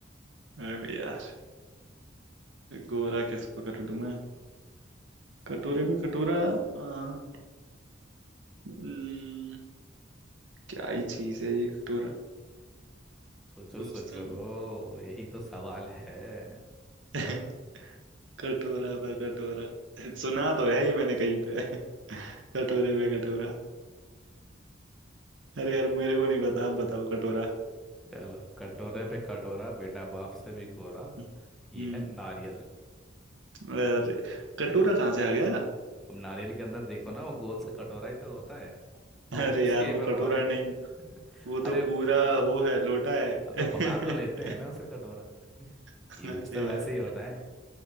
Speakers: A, on the right (about 80°); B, in the centre.
A: अरे यार गोरा किसको कर दूं मैं कटोरे पे कटोरा आ, हम्म, क्या ही चीज है ये कटोरा
B: सोचो
A: सोचता
B: सोचो
A: हूँ
B: यही तो सवाल है
A: <laughs>
B: सर
A: कटोरा पर कटोरा सुना तो है ये मैंने कहीं पे <laughs> कटोरे पे कटोरा अरे यार मेरे को नहीं पता आप बताओ कटोरा
B: चलो कटोरे पे कटोरा बेटा बाप से भी गोरा
A: हम्म
B: ये
A: हम्म,
B: है नारियल
A: अरे
B: <laughs>
A: कटोरा
B: अब
A: कहाँ से आ गया
B: नारियल के अंदर देखो ना वो गोल सा कटोरा ही तो होता है
A: <laughs>
B: अब
A: अरे
B: वो उसके
A: यार वो
B: ऊपर और
A: कटोरा
B: एक
A: नहीं
B: <laughs>
A: वो तो
B: अरे ब...
A: पूरा वो है लोटा है
B: तो बना
A: <laughs>
B: तो लेते हैं ना उसका कटोरा <laughs>
A: अरे
B: यूज तो वैसे
A: यार
B: ही होता है